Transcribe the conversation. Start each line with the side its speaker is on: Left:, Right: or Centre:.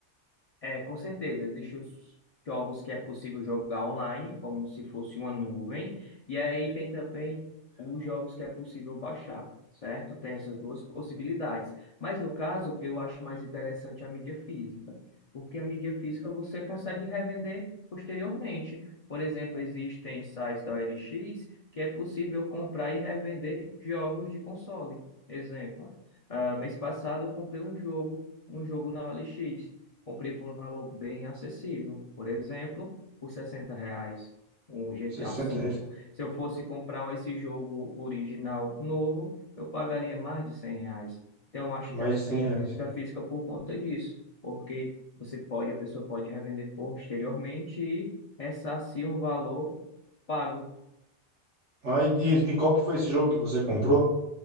Left: É, com certeza. Existem os jogos que é possível jogar online, como se fosse uma nuvem. E aí tem também os jogos que é possível baixar, certo? Tem essas duas possibilidades. Mas no caso, eu acho mais interessante a mídia física, porque a mídia física você consegue revender posteriormente. Por exemplo, existem sites da OLX que é possível comprar e revender jogos de console. Exemplo, ah, mês passado eu comprei um jogo, um jogo na OLX. Comprei por um valor bem acessível. Por exemplo, por 60 reais um GTA
Right: sessenta
Left: V.
Right: reais.
Left: Se eu fosse comprar esse jogo original novo, eu pagaria mais de 100 reais. Então, eu acho
Right: Mais
Left: interessante
Right: de 100 reais.
Left: a música física por conta disso, porque você pode, a pessoa pode revender posteriormente e ressarcir um valor pago
Right: Ah, e, e e qual que foi esse jogo que você comprou?